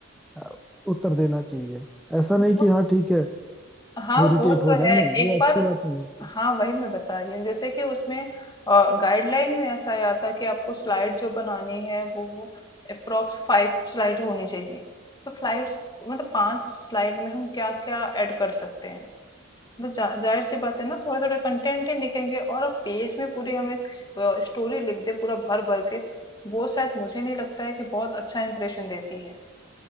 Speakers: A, in the centre; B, on the left.
A: अ, उत्तर देना चाहिए ऐसा
B: वो-
A: नहीं कि हाँ ठीक है
B: हाँ
A: इरिटेट
B: वो
A: हो
B: तो
A: जाए
B: है
A: नहीं
B: एक
A: ये अच्छी
B: बार
A: बात नहीं होती
B: हाँ वही मैं बता रही हूँ जैसे कि उसमें गाइडलाइन में ऐसा आया था कि आपको स्लाइड जो बनानी है वो अप्रोक्स फाइव स्लाइड होनी चाहिए तो फ्लाइड्स मतलब पांच स्लाइड में हम क्या क्या ऐड कर सकते हैं बस जा, जाहिर सी बात है ना थोड़े थोड़े कंटेंट ही लिखेंगे और अब पेज में पूरी हम एक स्टोरी लिख दे पूरा भर भर के वो शायद मुझे नहीं लगता है कि बहुत अच्छा इंप्रेशन देती है